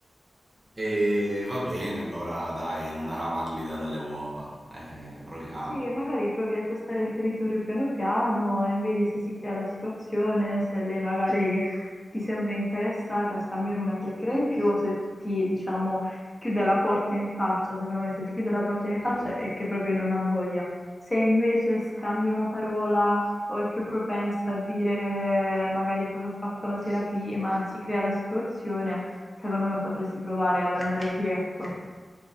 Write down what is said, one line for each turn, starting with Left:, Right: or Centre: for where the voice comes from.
Right: E va bene, allora dai, non era mallida dalle uova. Eh, proviamo.
Left: Sì, magari provi a tastare il territorio piano piano e vedi se si crea la situazione, se lei magari ti sembra interessata a scambiare una chiacchiera in più o se ti, diciamo, chiude la porta in faccia. Secondo me, se ti chiude la porta in
Right: Mm.
Left: faccia è che proprio non ha voglia. Se invece scambia una parola o è più propensa a dire magari cosa ha fatto la sera prima, si crea la situazione, secondo me potresti provare ad andare diretto.